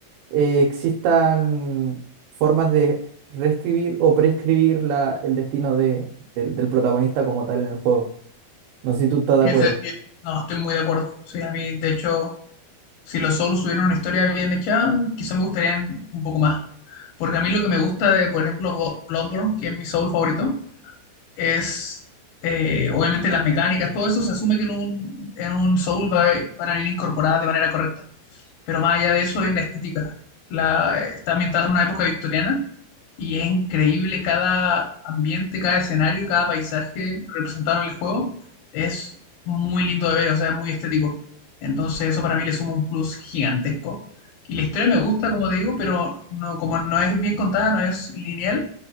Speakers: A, on the right; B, on the left.
A: eh, existan formas de reescribir o prescribir la, el destino de- del del protagonista como tal en el juego. No sé si tú estás de
B: Y
A: acuerdo.
B: ese- y- no, estoy muy de acuerdo. Sí, a mí, de hecho, si los Souls tuvieran una historia bien hecha, quizá me gustarían un poco más. Porque a mí lo que me gusta de, por ejemplo, Bo- Bloodborne, que es mi Soul favorito, es eh, obviamente las mecánicas, todo eso se asume que en un, en un Soul va- van a venir incorporadas de manera correcta. Pero más allá de eso es la estética. La, está ambientada en una época victoriana y es increíble cada ambiente, cada escenario, cada paisaje representado en el juego. Es muy lindo de ver, o sea, es muy estético. Entonces eso para mí le suma un plus gigantesco. Y la historia me gusta, como te digo, pero no, como no es bien contada, no es lineal,